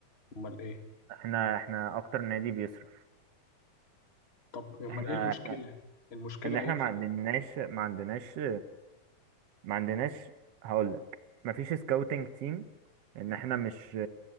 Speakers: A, on the left; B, on the right.
A: أمال إيه
B: احنا احنا اكتر نادي بيصرف
A: طب أمال
B: احنا
A: إيه المشكلة
B: احنا
A: المشكلة
B: ان احنا
A: إيه
B: ما
A: في
B: عندناش
A: ال-
B: ما عندناش ما عندناش هقول لك ما فيش سكاوتنج تيم ان احنا مش